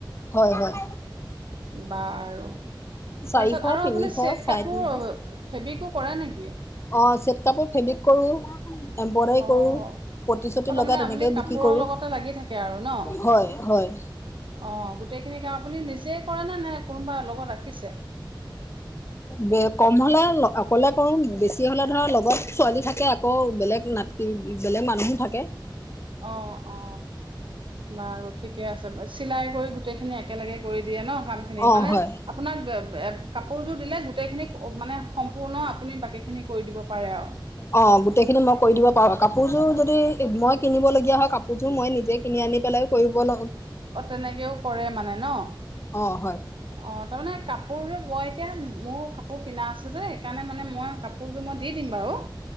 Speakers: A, on the left; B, on the right.
A: হয় হয়।
B: বাৰু
A: চাৰিশ
B: তাৰপিছত আৰু
A: তিনিশ
B: আপুনি চেট
A: চাৰে
B: কাপোৰ
A: তিনিশ
B: ফেব্ৰিকোক কৰে নেকি?
A: অ চেট কাপোৰ ফেব্ৰিক কৰো। এম্ব্ৰইডাৰী
B: অ
A: কৰো
B: অ
A: পতি চতি
B: তাৰমানে
A: লগাই তেনেকেও
B: আপুনি কাপোৰৰ
A: বিক্ৰী কৰো
B: লগতে লাগি থাকে আৰু ন,
A: হয়, হয়।
B: অ গোটেইখিনিক কে আৰু আপুনি নিজে কৰেনে নে কোনোবা লগত ৰাখিছে?
A: বে কম হলে অকলে কৰো বেছি হলে ধৰা লগত ছোৱালী থাকে। আকৌ বেলেগ নাতি বেলেগ মানুহো থাকে।
B: অ-অ বাৰু ঠিকে আছে চিলাই কৰি গোট গোটেইখিনি একেলগে কৰি দিয়ে ন? ক খিনি,
A: অ',
B: মানে
A: হয়।
B: আপোনাক কাপোৰযোৰ দিলে গোটেই খিনিক মানে সম্পূৰ্ণ আপুনি বাকীখিনি কৰি দিব পাৰে আৰু।
A: অ গোটেইখিনি মই কৰি দিব পাৰো, কাপোৰযোৰ য দি মই কিনিব লগীয়া হয় কাপোৰযোৰ মই নিজে কিনি আনি পেলাই কৰিব ল
B: অ তেনেকেও কৰে মানে ন?
A: অ হয়
B: অ তাৰমানে কাপোৰ যে মই এতিয়া, মোৰ কাপোৰ কিনা আছে যে সেইকাৰণে মানে মই কাপোৰযোৰ মই দি দিম বাৰু।